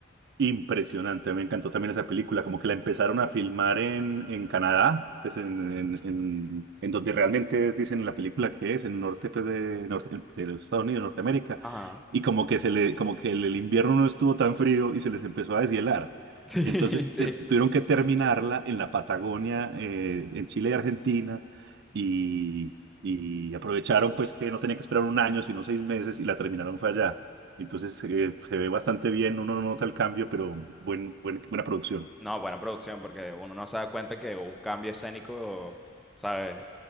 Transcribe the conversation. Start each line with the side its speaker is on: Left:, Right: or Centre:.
Right: Impresionante, me encantó también esa película, como que la empezaron a filmar en, en Canadá, pues en, en, en, en donde realmente dicen en la película que es, en el norte pues, de, norte- de los Estados Unidos, Norteamérica,
Centre: Ajá.
Right: y como que, se le, como que el, el invierno no estuvo tan frío y se les empezó a deshielar.
Centre: <laughs>
Right: Entonces
Centre: Sí, sí.
Right: te- tuvieron que terminarla en la Patagonia, eh, en Chile y Argentina, y, y aprovecharon pues que no tenían que esperar un año, sino seis meses, y la terminaron fue allá. Entonces eh, se ve bastante bien, uno no nota el cambio, pero buen, buen- buena producción.
Centre: No, buena producción, porque uno no se da cuenta que hubo un cambio escénico, ¿sabes?